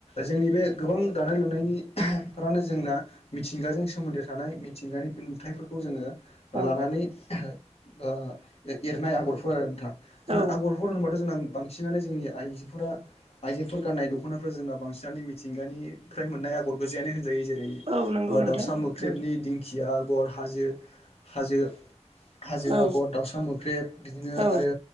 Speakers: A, on the left (about 60°); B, on the right (about 60°).
A: जोंनि बे गोबां दानाय-लुनायनिफ्रानो जोंना मिथिंगाजों सोमोन्दो थानाय मिथिंगानि नुथायफोरखौ जोङो लानानै
B: औ
A: ओ एरनाय आगरफोर आरो नोंथां जोंना
B: औ
A: आगरफोर होनबाथ' जोंना बांसिनानो जोंनि आइजोफोरा आइजोफोर गाननाय दख'नाफोरा जोंना बांसिन मिथिंगानिफ्राय मोननाय आगर गोजायानो होनजायो जेरै
B: औ नंगौ
A: ओ
B: नोंथां
A: दाउसा मोख्रेबनि
B: औ
A: दिंखिया आगर हाजो हाजो। हाजो
B: औ
A: आगर, दाउसा मोख्रेब बिदिनो
B: औ
A: आरो